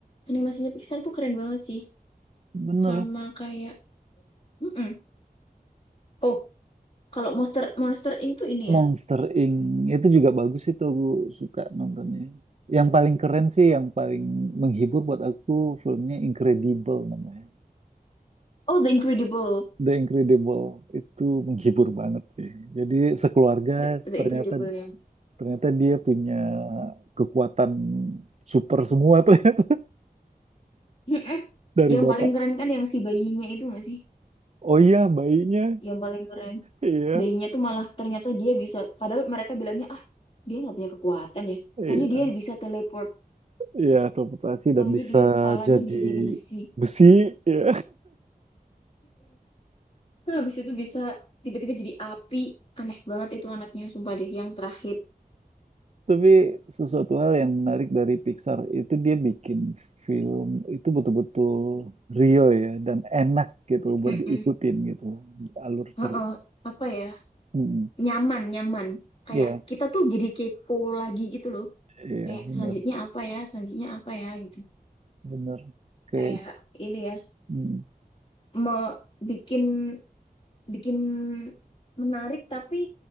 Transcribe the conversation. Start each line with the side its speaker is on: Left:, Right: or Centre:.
Left: Animasinya Pixar tuh keren banget sih.
Right: Bener.
Left: Sama kayak, mm-mm. Oh, kalau Monster Monster Inc tuh ini
Right: Monster
Left: ya.
Right: Inc. itu juga bagus itu aku suka nontonnya. Yang paling keren sih, yang paling menghibur buat aku filmnya Incredible namanya.
Left: Oh, The Incredible,
Right: The Incredible itu menghibur banget sih. Jadi sekeluarga
Left: The, The
Right: ternyata
Left: Incredible yang,
Right: ternyata dia punya kekuatan super semua <laughs> ternyata
Left: Mm-mm.
Right: dari
Left: Yang
Right: bapak.
Left: paling keren kan yang si bayinya itu nggak sih?
Right: Oh iya bayinya,
Left: Yang paling keren.
Right: iya
Left: Bayinya tuh malah ternyata dia bisa. Padahal mereka bilangnya ah dia nggak punya kekuatan ya.
Right: iya
Left: Tanya dia bisa teleport.
Right: iya teleportasi dan
Left: Tanya
Right: bisa
Left: dia kepalanya
Right: jadi
Left: bisa jadi besi.
Right: besi. Iya.
Left: Terus habis itu bisa tiba-tiba jadi api. Aneh banget itu anaknya, sumpah deh. Yang terakhir.
Right: Tapi sesuatu hal yang menarik dari Pixar itu dia bikin film itu betul-betul real ya dan enak gitu loh buat
Left: Mm-mm.
Right: diikutin gitu loh, alur
Left: Heeh.
Right: cerita.
Left: Apa ya?
Right: Mm.
Left: Nyaman, nyaman. Kayak
Right: Iya,
Left: kita tuh jadi kepo lagi gitu loh.
Right: iya
Left: Kayak
Right: benar,
Left: selanjutnya apa ya? Selanjutnya apa ya? Gitu.
Right: benar. Kayak
Left: Kayak ini ya.
Right: mm.
Left: Mau bikin bikin menarik tapi